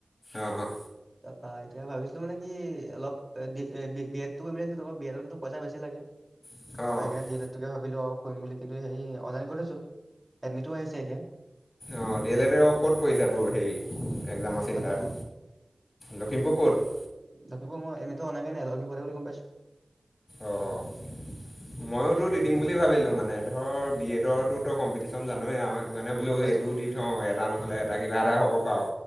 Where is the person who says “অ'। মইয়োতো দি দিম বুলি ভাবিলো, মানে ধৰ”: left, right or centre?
Left